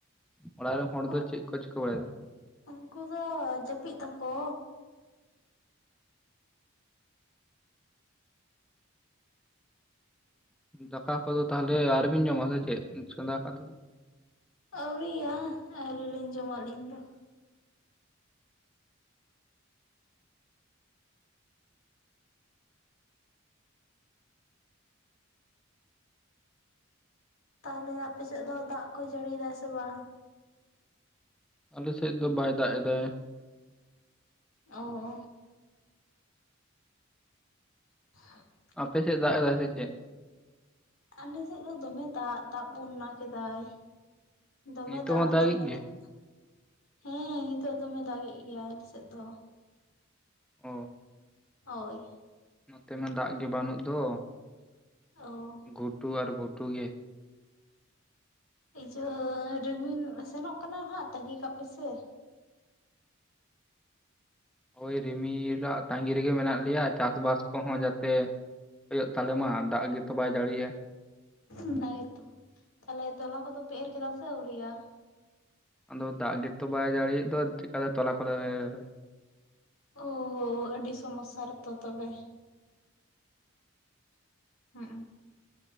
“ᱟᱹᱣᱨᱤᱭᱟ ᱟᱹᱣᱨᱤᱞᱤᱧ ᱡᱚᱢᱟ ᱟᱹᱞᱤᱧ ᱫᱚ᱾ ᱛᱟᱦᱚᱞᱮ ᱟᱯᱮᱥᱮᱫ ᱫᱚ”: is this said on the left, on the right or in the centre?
Left